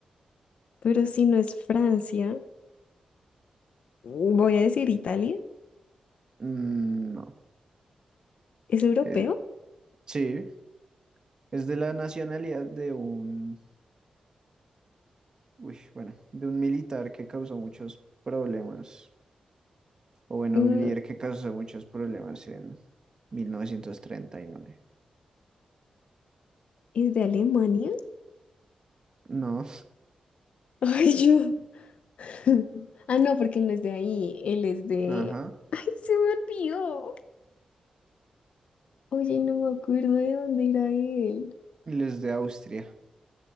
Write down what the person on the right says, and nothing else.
Mm, no.
Eh, sí, es de la nacionalidad de un, uy, bueno, de un militar que causó muchos problemas. O bueno,
un líder que causó muchos problemas en mil novecientos treinta y nueve
No,
ajá.
Él es de Austria.